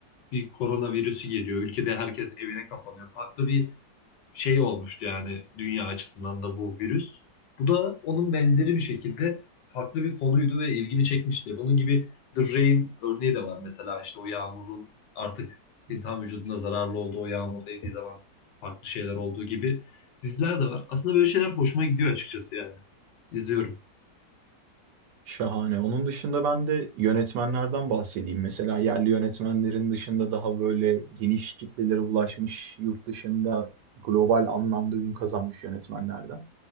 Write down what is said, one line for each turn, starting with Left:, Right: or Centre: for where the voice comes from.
Left: bir korona virüsü geliyor. Ülkede herkes evine kapanıyor. Farklı bir şey olmuştu yani dünya açısından da bu virüs. Bu da onun benzeri bir şekilde farklı bir konuydu ve ilgimi çekmişti. Bunun gibi The Rain örneği de var mesela işte o yağmurun artık insan
Right: hı hı.
Left: vücuduna zararlı olduğu o yağmur değdiği zaman farklı şeyler olduğu gibi diziler de var. Aslında böyle şeyler hoşuma gidiyor açıkçası yani. İzliyorum.
Right: Şahane. Onun dışında ben de yönetmenlerden bahsedeyim. Mesela yerli yönetmenlerin dışında daha böyle geniş kitlelere ulaşmış, yurt dışında global anlamda ün kazanmış yönetmenlerden.